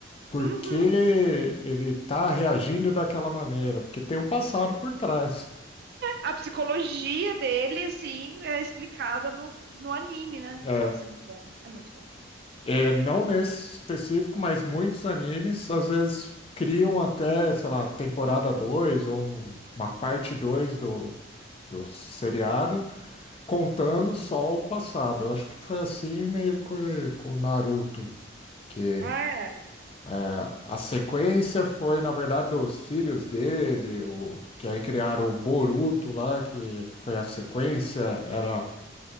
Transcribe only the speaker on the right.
Uhum.
A psicologia dele, assim, é explicada no, no anime, né?
Nossa, é muito bom. É muito bom.
Ah, é.